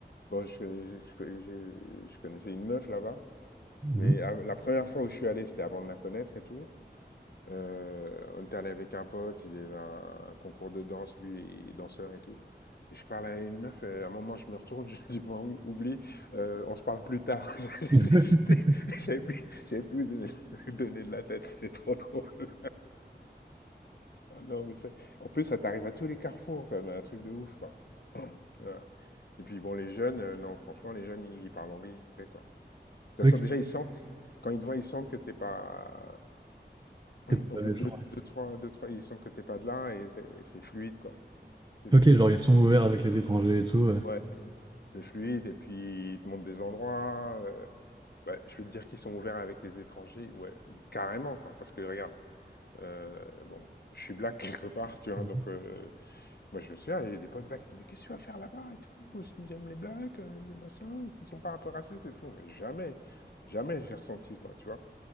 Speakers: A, on the left; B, on the right.
A: bon, je, connais- je, connais- je- je connaissais une meuf là-bas,
B: Mhm.
A: mais av- la première fois où je suis allé, c'était avant de la connaître et tout. Euh, on était allé avec un pote, il y avait un, un concours de danse, lui, il est danseur et tout. Mais je parle à une meuf, et à un moment, je me retourne, <laughs> je dis, bon, ou- oublie, euh, on se parle plus tard. <laughs>
B: <laughs>
A: J'étais- J'avais plus, j'avais plus où donner, <laughs> donner de la tête, c'était trop drôle. Ah non, mais ça, en plus, ça t'arrive à tous les carrefours, quoi, mais un truc de ouf, quoi. Ouais. Et puis bon, les jeunes, euh, non, franchement, les jeunes, ils, ils parlent anglais, quoi. De
B: Ok,
A: toute façon, déjà, ils sentent, quand ils te voient, ils sentent que t'es pas,
B: que t'as
A: au
B: pas
A: bout
B: méchant,
A: de deux,
B: ouais.
A: deux, trois, deux, trois, ils sentent que t'es pas de là et c'est et c'est fluide, quoi. C'est fluide.
B: Ok, genre ils sont ouverts avec les étrangers et tout. ouais.
A: Ouais. C'est fluide et puis ils te montrent des endroits. euh, ouais, je veux te dire qu'ils sont ouverts avec les étrangers, ouais, carrément, quoi. Parce que regarde, euh, bon, je suis black <laughs> quelque part, tu vois,
B: Mhm.
A: donc euh, Moi, je me souviens, j'ai des potes blacks qui disent Mais qu'est-ce que tu vas faire là-bas et tout Est-ce qu'ils aiment les blacks euh, Des machins S'ils sont pas un peu racistes et tout. Mais jamais, jamais j'ai ressenti, quoi, tu vois.